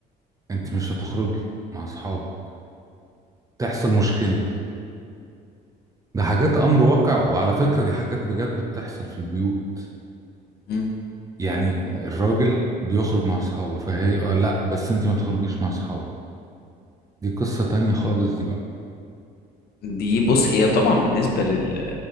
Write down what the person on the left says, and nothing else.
مم.
دي بص هي طبعا بالنسبة لل